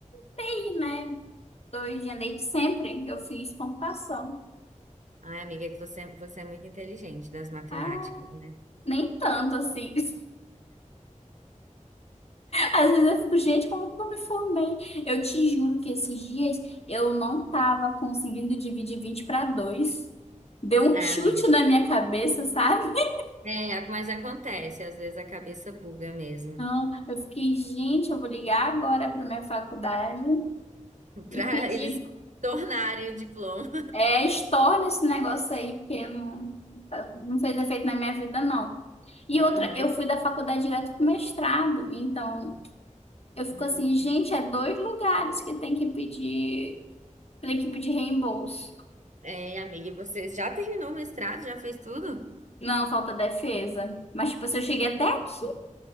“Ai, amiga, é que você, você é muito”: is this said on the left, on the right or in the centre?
Right